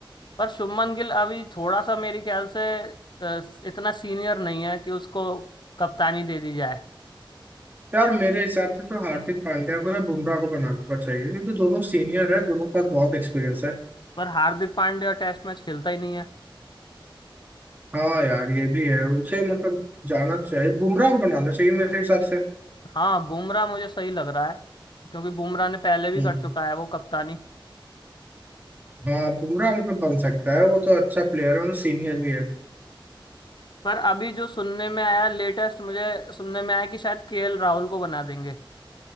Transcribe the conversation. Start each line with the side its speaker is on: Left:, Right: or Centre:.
Left: पर शुभमन गिल अभी थोड़ा सा मेरे ख्याल से अ, इतना सीनियर नहीं है कि उसको कप्तानी दे दी जाए
Right: यार मेरे हिसाब से तो हार्दिक पांड्या को या बुमराह को बनाना चाहिए क्योंकि दोनों सीनियर है दोनों के पास बहुत एक्सपीरियंस है
Left: पर हार्दिक पांड्या टेस्ट मैच खेलता ही नहीं है
Right: हाँ यार ये भी है उसे मतलब जाना चाहिए बुमराह को बनाना चाहिए मेरे हिसाब से
Left: हाँ बुमराह मुझे सही लग रहा है क्योंकि बुमराह ने पहले भी
Right: हम्म
Left: कर चुका है वो कप्तानी
Right: हाँ बुमराह मतलब बन सकता है वो तो अच्छा प्लेयर है और सीनियर भी है
Left: पर अभी जो सुनने में आया लेटेस्ट मुझे सुनने में आया कि शायद केएल राहुल को बना देंगे